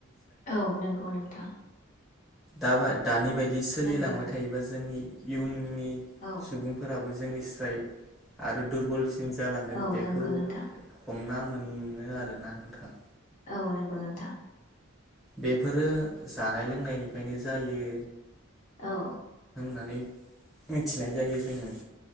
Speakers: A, on the left; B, in the centre.
A: औ नोंगौ नोंथां
B: दाबा दानि बाय दि सोलिलांबाय
A: नंगौ
B: थायोबा जोंनि इयुन नु नि
A: औ
B: सुबुंफोराबो ज जोंनि स्राय आरो दुरबलसिन जालांगोन
A: औ
B: बेखौ
A: नंगौ नोंथां
B: हमना मोननो आरोना नोंथां
A: औ नोंगौ नोंथां
B: बेफोरो जानाय लोंनायनिफायनो जायो
A: औ
B: नानै मिथिनाय जायो जोङो